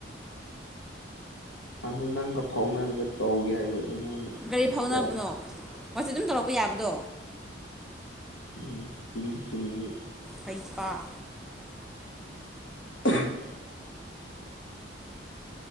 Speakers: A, on the left (about 75°); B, in the centre.
A: ꯍꯥꯟꯅ ꯅꯪꯒ ꯐꯥꯎꯅꯔꯒ ꯇꯧꯒꯦ ꯍꯥꯏꯕ ꯑꯗꯨ ꯅꯪꯅ,
B: ꯀꯔꯤ
A: ꯔꯤꯄ꯭ꯂꯥꯏ
B: ꯐꯥꯎꯅꯕꯅꯣ ꯋꯥꯠꯆꯞ ꯑꯗꯨꯝ ꯇꯧꯔꯛꯄ ꯌꯥꯕꯗꯣ꯫
A: ꯎꯝ ꯆꯨꯝꯒꯤ ꯆꯨꯝꯃꯤꯅꯦ꯫
B: ꯍꯩꯄꯥ,
A: <unintelligible>